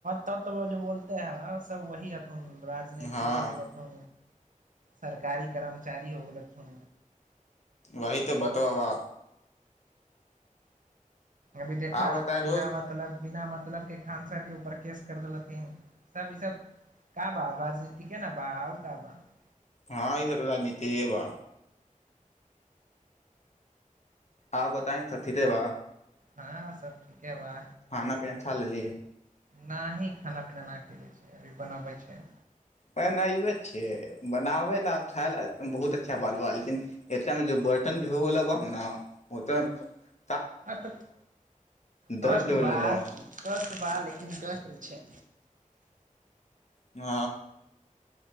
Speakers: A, on the right; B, on the left.
A: तत् बोलते है सब वहीइतै लेट चपरासी साला दोसर दे देलैन हँ। राजनैतिक
B: हँ
A: हो गेलक हा सरकारी कर्मचारी हो गेलक हा
B: वही तऽ बतबा बा
A: अभी देखा
B: आ बताएं
A: बिना
B: दोस्त
A: मतलब बिना मतलब के खान सरके ऊपर केस करि देलथिन सब ईस का बा राजनीतीके ने बा आउ का बाइतै लेट चपरासी साला दोसर दे देलैन हँ।
B: हँ ईसभ तऽ राजनीतिए बा आउ बताई सब थिके बा
A: हँ सब ठीके बा
B: खाना पीना था लेलहि
A: नाही खाना पीना ना खैले छी अभी बनाबै छै
B: बनाबै छे बनाबै ला खा ला बहुत अच्छा बात बा लेकिन ए बर्तन धोबे ला बा नइतै लेट चपरासी साला दोसर दे देलैन हँ।
A: आ तऽ
B: दर्द
A: कष्ट
B: देबेला
A: बात कष्ट बा लेकिन कष्ट छै
B: न